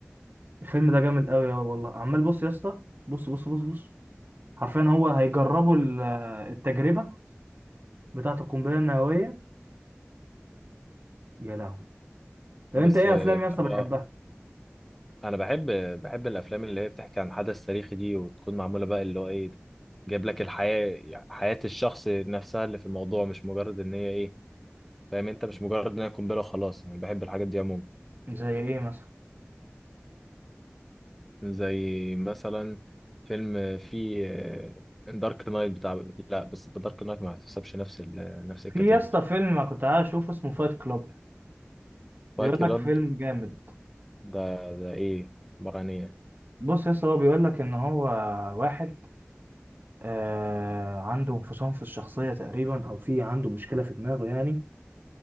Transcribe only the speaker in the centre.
بس
آه،
هو
انا بحب بحب الافلام اللي هي بتحكي عن حدث تاريخي دي وتكون معموله بقى اللي هو ايه جايب لك الحياه حياه الشخص نفسها اللي في الموضوع مش مجرد ان هي ايه فاهم انت مش مجرد ان هي قنبله وخلاص يعني بحب الحاجات دي عموما
زي مثلا فيلم في دارك نايت بتاع لا بس دارك نايت ما هتحسبش نفس ال... نفس
الكاتيجوري
فايت كلاب
ده ده ايه عباره عن ايه